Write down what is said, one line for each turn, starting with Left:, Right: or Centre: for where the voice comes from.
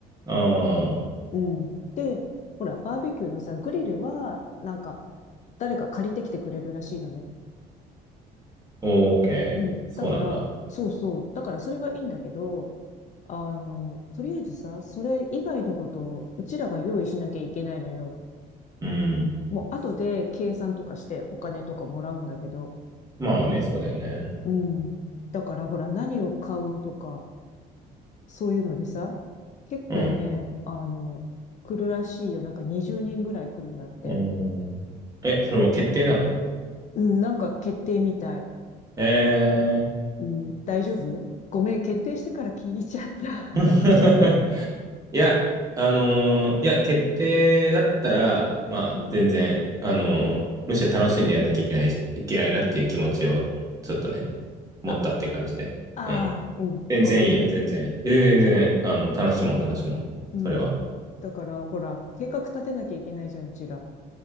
Right: あ、
Left: うん。で、ほら、バーベキューのさ、グリルは、なんか、誰か借りてきてくれるらしいのね。
Right: オーケー。
Left: うん。
Right: そうなんだ。
Left: だから、そうそう。だからそれはいいんだけど、あの、とりあえずさ、それ以外のことをうちらが用意しなきゃいけないのよ。
Right: うん。
Left: もう後で計算とかしてお金とかもらうんだけど。
Right: まあね、そうだよね。
Left: うん。だからほら何を買うとか、そういうのでさ、結構ね、
Right: うん。
Left: あの、来るらしいよ。なんか20人ぐらい来るんだって。
Right: うん。え、それもう決定なの
Left: うん、なんか決定みたい。
Right: え
Left: うん、大丈夫ごめん、決定してから聞いちゃった。
Right: ー。<laughs>
Left: <laughs> 大丈夫
Right: いや、あのーいや、決定だったら、まあ、
Left: うん。
Right: 全然、あのーむしろ楽しんでやんなきゃいけないし、いけないなっていう気持ちを、ちょっとね、持ったって感じで。
Left: あ、ああ、
Right: うん。
Left: うん、
Right: 全然いいよ、
Left: ごめんね。
Right: 全然。全然、全然、あの、楽しもう、楽しもう。
Left: うん。
Right: それは。
Left: だから、ほら、計画立てなきゃいけないじゃん、うちら。